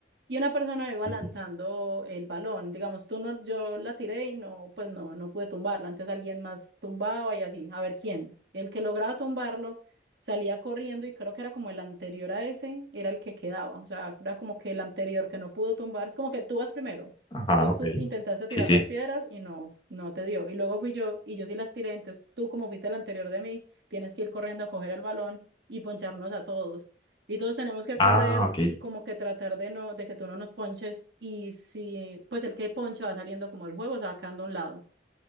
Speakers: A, on the right; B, on the left.
A: y una persona iba
B: Sí,
A: lanzando
B: sí.
A: el balón. Digamos, tú no, yo la tiré y no, pues no, no pude tumbarla. Antes alguien más tumbaba y así, a ver quién. El que lograba tumbarlo salía corriendo y creo que era como el anterior a ese, era el que quedaba. O sea, era como que el anterior que no pudo tumbar, es como que tú vas primero.
B: Ajá,
A: Entonces
B: ok.
A: tú intentaste tirar
B: Sí, sí.
A: las piedras y no, no te dio. Y luego fui yo y yo sí las tiré. Entonces tú, como fuiste el anterior de mí, tienes que ir corriendo a coger el balón y poncharnos a todos y todos tenemos que correr
B: Ah, ok.
A: y como que tratar de no, de que tú no nos ponches y si, pues el que ponche va saliendo como del juego, se va quedando a un lado.